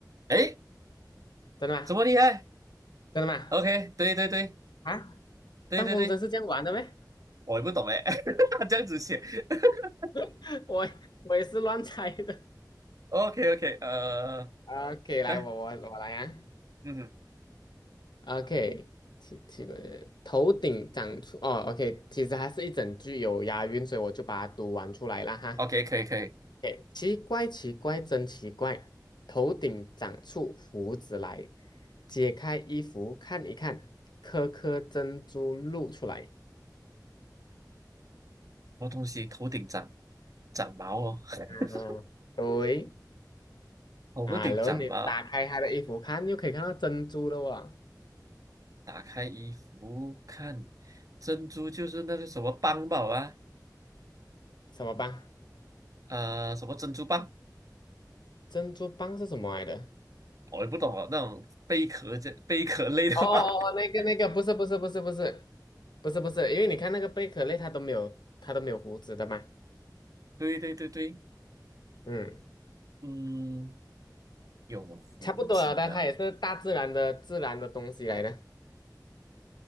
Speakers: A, on the right; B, on the left.
A: 诶，
B: 真的吗？
A: 这么厉害
B: 真的吗？
A: ？OK，对对对
B: 啊，
A: 对对对，
B: 放风筝是这样玩的咩？
A: 我也不懂诶，<laughs> 他这样子写。<laughs>
B: <laughs> 我我也是乱猜的。
A: OK OK，呃，
B: OK，来，
A: 啊，
B: 我我我来啊。
A: 嗯
B: OK，奇奇怪的，头顶长出哦，OK，其实还是一整句有押韵，所以我就把它读完出来了哈。
A: ，OK，可以可以。什
B: OK，奇怪，奇怪，真奇怪，头顶长出胡子来，解开衣服看一看，颗颗珍珠露出来。
A: 么东西头顶长长毛哦？<laughs>
B: 嗯，对
A: 头顶长毛，
B: 啊，然后你打开他的衣服看，又可以看到珍珠了哇，
A: 打开衣服看，珍珠就是那个什么邦宝啊，
B: 什么棒？
A: 呃，什么珍珠蚌，
B: 珍珠棒是什么来的？
A: 我也不懂啊，那种贝壳这贝壳类的吧？
B: 哦哦哦，那个那个不是不是不是不是
A: <laughs>
B: 不是不是，因为你看那个贝壳类，它都没有它都没有胡子的嘛，
A: 对对对对，
B: 嗯，
A: 嗯，有胡子的，
B: 差不多了的，它也是大自然的自然的东西来的，